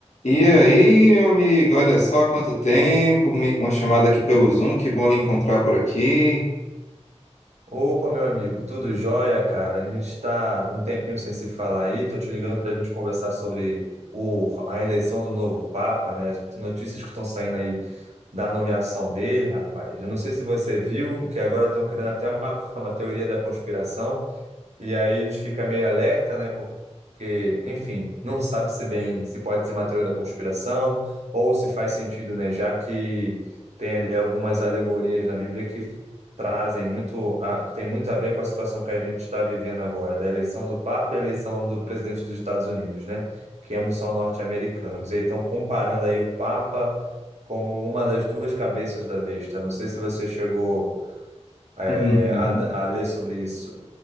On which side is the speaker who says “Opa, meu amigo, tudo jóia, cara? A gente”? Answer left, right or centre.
Right